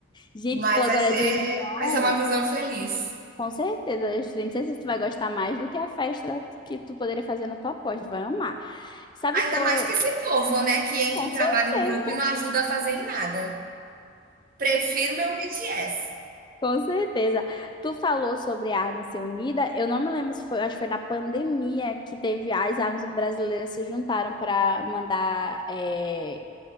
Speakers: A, on the left (about 25°); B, on the right (about 45°).
A: Gente,
B: mas
A: falou
B: vai
A: agora
B: ser,
A: de união.
B: vai ser uma visão feliz.
A: Com certeza, eu nem sei se tu vai gostar mais do que a festa que tu poderia fazer na tua pós. Tu vai amar. Sabe,
B: Ainda
A: tu falou.
B: mais que esse povo, né, que entra
A: Com
B: em
A: certeza.
B: trabalho em grupo e não ajuda a fazer em nada. Prefiro meu BTS.
A: Com certeza. Tu falou sobre a Armas Ser Unida. Eu não me lembro se foi, acho que foi na pandemia que teve as armas brasileiras se juntaram para mandar é,